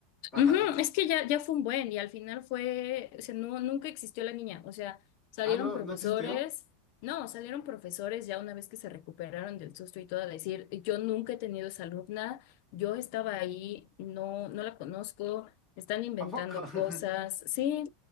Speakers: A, on the left (about 20°); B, on the left (about 45°).
A: Ajá.
B: Ujú, Es que ya, ya fue un buen y al final fue, o sea, no, nunca existió la niña, o sea, salieron
A: Ah, no,
B: profesores,
A: no existió.
B: no, salieron profesores ya una vez que se recuperaron del susto y todo a decir, yo nunca he tenido esa alumna, yo estaba ahí, no, no la conozco, están inventando
A: ¿A poco?
B: cosas,
A: <laughs>
B: sí,